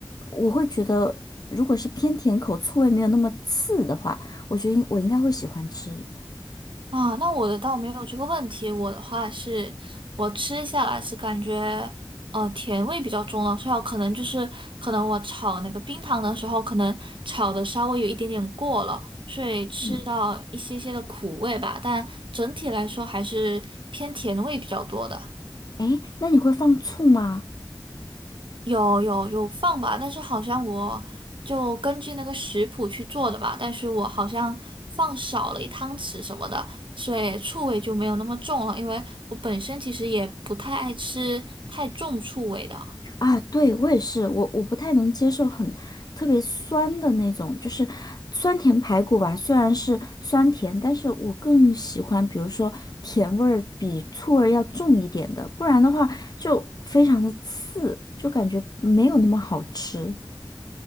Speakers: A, on the left; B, on the right.
A: 我会觉得如果是偏甜口，醋味没有那么刺的话，我觉得应我应该会喜欢吃。
B: 啊，那我的倒没有这个问题。我的话是，我吃下来是感觉，呃，甜味比较重了，所以我可能就是，可能我炒那个冰糖的时候，可能炒的稍微有一点点过了，所以吃到一些些的苦味吧。
A: 嗯，
B: 但整体来说还是偏甜味比较多的。
A: 哎，那你会放醋吗？
B: 有有有放吧，但是好像我就根据那个食谱去做的吧，但是我好像放少了一汤匙什么的，所以醋味就没有那么重了，因为我本身其实也不太爱吃太重醋味的。
A: 啊，对，我也是，我我不太能接受很特别酸的那种，就是酸甜排骨吧。虽然是酸甜，但是我更喜欢，比如说甜味儿比醋味儿要重一点的，不然的话就非常的刺，就感觉没有那么好吃。